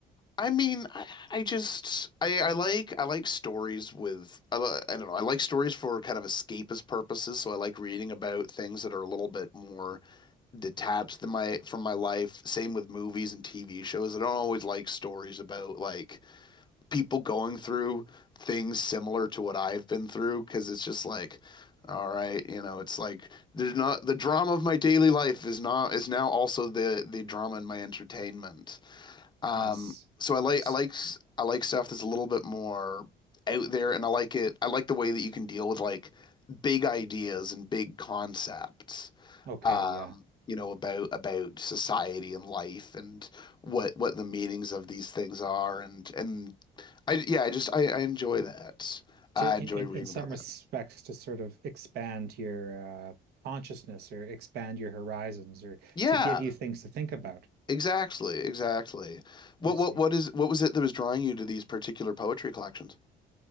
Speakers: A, on the left; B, on the right.
A: I mean, I, I just I, I like I like stories with I, li- I don't know I like stories for kind of escapist purposes. So I like reading about things that are a little bit more detached than my from my life. Same with movies and TV shows. I don't always like stories about like people going through things similar to what I've been through because it's just like, all right, you know, it's like there's not the drama of my daily life is not is now also the the drama in my entertainment. Um,
B: Yes.
A: so I like
B: S-
A: I like s- I like stuff that's a little bit more out there, and I like it. I like the way that you can deal with like big ideas and big concepts.
B: Okay,
A: Um,
B: yeah.
A: you know about about society and life and what what the meanings of these things are, and and I yeah I just I, I enjoy that. I
B: to
A: enjoy
B: in, in
A: reading
B: in some
A: about that.
B: respects to sort of expand your uh, consciousness or expand your horizons or
A: Yeah,
B: to give you things to think about.
A: exactly, exactly. What
B: I see.
A: what what is what was it that was drawing you to these particular poetry collections?